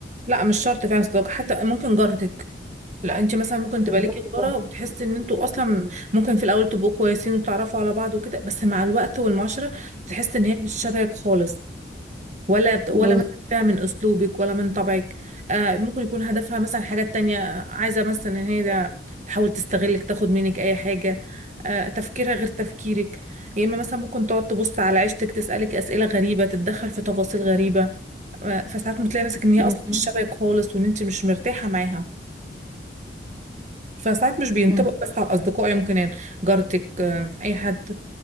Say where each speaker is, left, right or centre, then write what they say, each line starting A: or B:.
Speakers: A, on the right; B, on the right.
A: لا مش شرط فعلا صداقه حتى ممكن جارتك لا انت مثلا ممكن تبقى
B: بالظبط
A: ليكي تجاره
B: كده
A: وتحسي ان انتوا اصلا ممكن في الاول تبقوا كويسين وتتعرفوا على بعض وكده بس مع الوقت والمعاشره تحس ان هي مش شبهك خالص ولا بت... ولا
B: بالظبط
A: مثلا فيها من اسلوبك ولا من طبعك آه ممكن يكون هدفها مثلا حاجه تانية عايزه مثلا ان هي ده- تحاول تستغلك تاخد منك اي حاجه آه تفكيرها غير تفكيرك يا اما مثلا ممكن تقعد تبص على عيشتك تسالك اسئله غريبه تتدخل في تفاصيل غريبه آه فساعات بتلاقي نفسك ان هي
B: م-
A: اصلا
B: م-
A: مش شبهك خالص وان انت مش مرتاحه معاها فساعات مش بينطبق
B: م.
A: بس على الأصدقاء يمكن يعني جارتك آه، أي حد